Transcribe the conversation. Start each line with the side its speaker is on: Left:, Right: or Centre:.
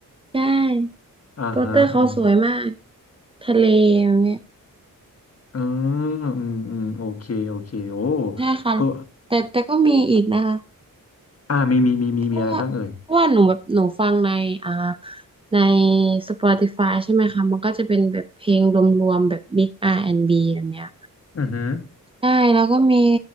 Right: ใช่
Left: อ่าฮะอืม
Right: โปสเตอร์เขาสวยมากทะเลอย่างเนี้ย
Left: อืมอืมอืมโอเคโอเคโอ้
Right: ใช่ค่ะ
Left: ก็
Right: แต่แต่ก็มีอีกนะคะ
Left: อ่ามีมีมีมีมีอะไรบ้างเอ่ย
Right: เพราะว่าเพราะว่าหนูแบบหนูฟังในอ่าใน Spotify ใช่ไหมคะมันก็จะเป็นแบบเพลงรวมๆแบบ Big R&B แอนด์บแบบเนี้ย
Left: อือหือ
Right: ใช่แล้วก็มี